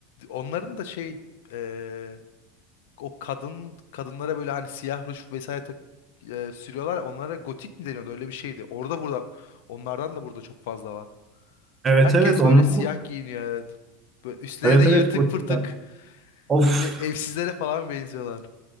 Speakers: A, on the left; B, on the right.
A: onların da şey eee, o kadın kadınlara böyle hani siyah ruj vesaire tak, eee, sürüyorlar. ya, Onlara gotik mi deniyordu? Öyle bir şeydi. Orada burada onlardan da burada çok fazla var.
B: Evet
A: Herkes
B: evet onlar
A: böyle siyah
B: da.
A: giyiniyor evet. Böyle üstleri
B: Evet
A: de yırtık
B: evet gotikler.
A: pırtık.
B: Of.
A: Böyle evsizlere falan benziyorlar.